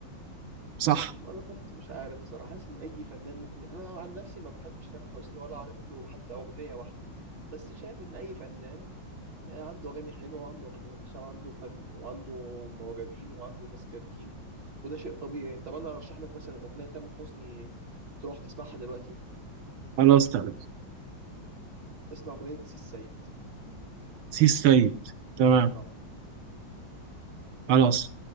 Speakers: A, on the right; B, on the right.
A: صح
B: انا برضه مش عارف بصراحه حاسس ان اي فنان ممكن انا عن نفسي ما بحبش تامر حسني ولا عارف له حتى اغنيه واحده بس شايف ان اي فنان آه، عنده اغاني حلوه وعنده اغاني وحشه وعنده فن وعنده معجبين وعنده ناس كارهين وده شيء طبيعي طب انا ارشح لك مثلا اغنيه تامر حسني تروح تسمعها دلوقتي
A: خلاص تمام
B: اسمها اغنيه سي السيد
A: سي السيد تمام
B: اه
A: خلاص